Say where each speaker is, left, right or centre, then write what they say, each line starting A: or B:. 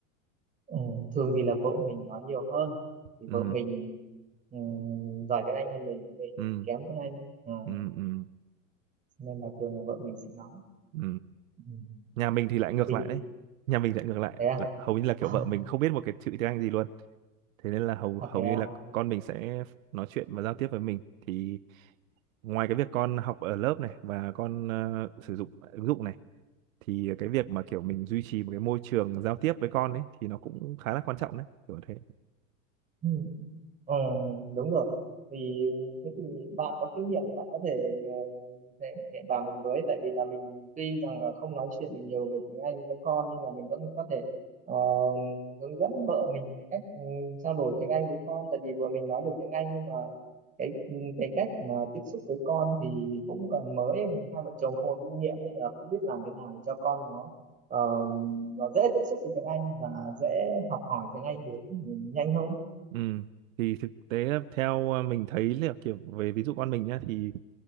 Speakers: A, on the right (about 20°); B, on the right (about 80°).
A: ừ. Thường thì là vợ mình nói nhiều hơn thì
B: ừ
A: vợ mình ừ, giỏi tiếng Anh hơn mình mình
B: ừ
A: kém tiếng Anh à,
B: ừ ừ
A: cho nên là thường là vợ mình sẽ nói
B: ừ
A: ừ.
B: nhà mình thì lại ngược
A: mình
B: lại đấy nhà mình lại ngược lại
A: thế à
B: là hầu như là kiểu
A: à,
B: vợ mình không biết một cái chữ tiếng Anh gì luôn thế nên là hầu
A: à
B: hầu
A: thế à
B: như là con mình sẽ nói chuyện và giao tiếp với mình thì ngoài cái việc con học ở lớp này và con ờ, sử dụng ứng dụng này thì cái việc mà kiểu mình duy trì một cái môi trường giao tiếp với con ấy thì nó cũng khá là quan trọng đấy kiểu thế
A: Ừ. Ờ, đúng rồi. Vì thế thì bạn có kinh nghiệm thì bạn có thể ờ, thể thể bảo mình với tại vì là mình tuy rằng là không nói chuyện được nhiều về tiếng Anh cho con nhưng mà mình vẫn có thể ờ, hướng dẫn vợ mình về cách ừ, trao đổi tiếng Anh với con tại vì vừa mình nói được tiếng Anh nhưng mà cái ừ, cái cách mà tiếp xúc với con thì cũng còn mới thì hai vợ chồng không có kinh nghiệm nên là không biết làm thế nào để cho con nó ờ, nó dễ tiếp xúc với tiếng Anh và dễ học hỏi tiếng Anh được ừ, nhanh hơn.
B: Ừ. Thì thực tế là theo à, mình thấy là kiểu về ví dụ con mình nhá thì